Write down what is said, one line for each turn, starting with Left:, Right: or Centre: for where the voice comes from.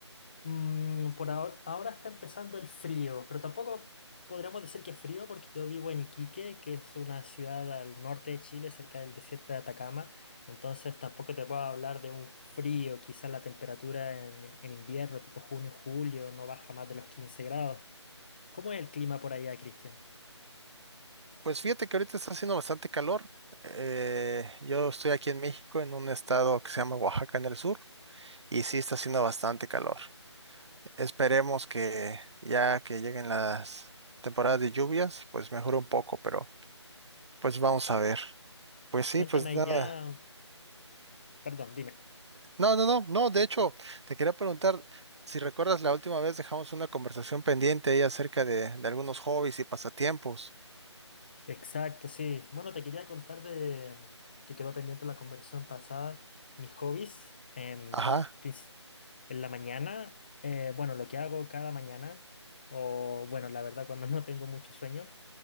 Left: mm, por ahora, ahora está empezando el frío, pero tampoco podríamos decir que es frío porque yo vivo en Iquique, que es una ciudad al norte de Chile, cerca del desierto de Atacama, entonces tampoco te puedo hablar de un frío, quizás la temperatura en, en invierno, tipo junio, julio, no baja más de los 15 grados. ¿Cómo es el clima por allá, Cristian?
Right: Pues fíjate que ahorita está haciendo bastante calor. Eh, yo estoy aquí en México, en un estado que se llama Oaxaca en el sur, y sí está haciendo bastante calor. Esperemos que ya que lleguen las temporadas de lluvias, pues mejore un poco, pero pues vamos a ver. Pues sí,
Left: Cuéntame
Right: pues
Left: allá,
Right: nada.
Left: perdón, dime.
Right: No, no, no, no, de hecho, te quería preguntar si recuerdas la última vez dejamos una conversación pendiente ahí acerca de, de algunos hobbies y pasatiempos.
Left: Exacto, sí. Bueno, te quería contar de que quedó pendiente la conversación pasada. Mis hobbies em,
Right: Ajá.
Left: princi- en la mañana, eh, bueno, lo que hago cada mañana, o bueno, la verdad cuando <laughs> no tengo mucho sueño,